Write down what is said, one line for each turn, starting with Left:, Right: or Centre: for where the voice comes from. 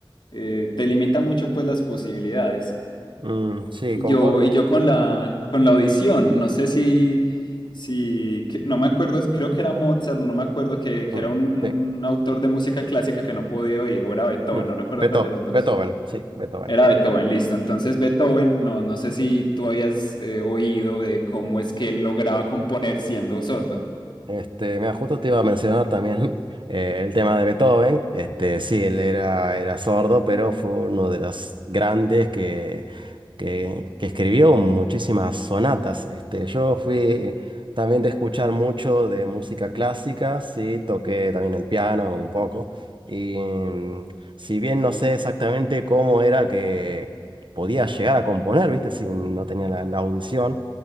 Left: eh, te limita mucho pues las posibilidades.
Right: Mm, sí,
Left: Y
Right: concuerdo.
Left: yo, y yo con la, con la audición, no sé si, si que- no me acuerdo, creo que era Mozart, o no me acuerdo que, que
Right: Mm,
Left: era un,
Right: sí.
Left: un autor de música clásica que no podía oír, o era Beethoven,
Right: mm,
Left: no recuerdo
Right: Beto-
Left: cuál de los dos.
Right: Beethoven, sí, Beethoven.
Left: Era Beethoven, listo. Entonces Beethoven, no, no sé si tú habías eh, oído de cómo es que él lograba componer siendo sordo.
Right: Este, mira, justo te iba a mencionar también <laughs> eh, el tema de Beethoven. Este, sí, él era, era sordo, pero fue uno de los grandes que, que, que escribió muchísimas sonatas. Este, yo fui también de escuchar mucho de música clásica, sí, toqué también el piano un poco. Y mm, si bien no sé exactamente cómo era que podía llegar a componer, ¿viste? Si no tenía la la audición.